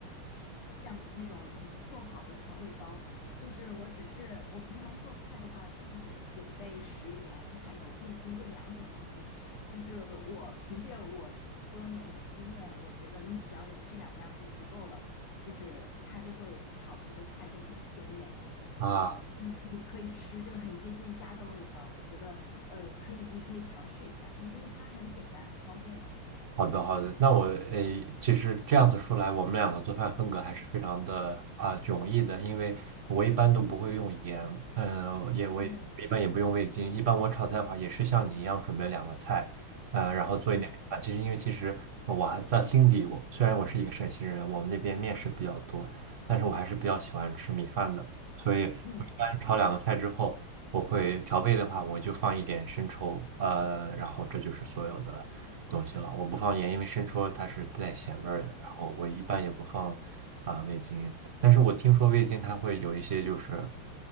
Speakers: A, on the left; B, on the right.
A: 酱，那种就是做好的调味包，就是我只是我平常做菜的话，就是只准备食盐还有味精这两种东西。就是我凭借我多年的经验，我觉得你只要有这两样就足够了，就是它就会炒出的菜就很鲜美，
B: 啊。
A: 呃，就是可以可以吃，就是很接近家的味道。我觉得呃可以，你可以尝试一下，就是因为它很简单很方便嘛。
B: 好的，好的。那我诶，其实这样子说来，我们两个做饭风格还是非常的啊迥异的，因为我一般都不会用盐，嗯、也我也一般也不用味精，
A: 哦，
B: 一般我炒菜的话也是像你一样准备两个菜，呃，然后做一点啊。
A: 嗯。
B: 其实因为其实我还在心底，我虽然我是一个陕西人，我们那边面食比较多，但是我还是比较喜欢吃米饭的，所以我一般炒两个菜之后，
A: 嗯，
B: 我会调味的话，我就放一点生抽，呃，然后这就是所有的。东西了。我不放盐，因为生抽它是带咸味儿的。然后我一般也不放啊、味精，但是我听说味精它会有一些就是